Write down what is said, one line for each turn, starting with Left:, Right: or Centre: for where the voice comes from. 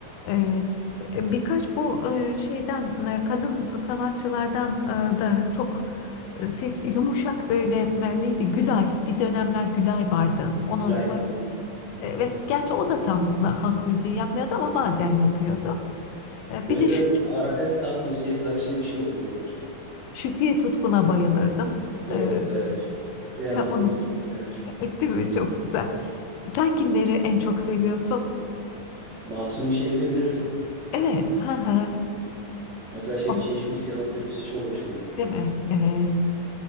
Left: Ee, birkaç bu e, şeyden e, kadın sanatçılardan e, da çok e, ses yumuşak böyle e, neydi? Gülay. Bir dönemler Gülay vardı. Onun
Right: Gülay. o-
Left: evet gerçi o da tam halk müziği yapmıyordu ama bazen yapıyordu. E,
Right: Böyle
Left: bir de Şük-
Right: biraz arabesk halk müziğe karışık bir şey oluyor onunki.
Left: Şükriye Tutkun'a bayılırdım.
Right: O
Left: Ee,
Right: evet. Şükriye Hanım'ın sesi
Left: onu <laughs>
Right: çok güzeldir.
Left: değil mi? Çok güzel. Sen kimleri en çok seviyorsun?
Right: Mahsuni Şerif'i bilirsin.
Left: Evet. Ha
Right: Mesela şey
Left: O,
Right: Çeşmi Siyahım türküsü çok hoşuma gider.
Left: değil mi? Evet.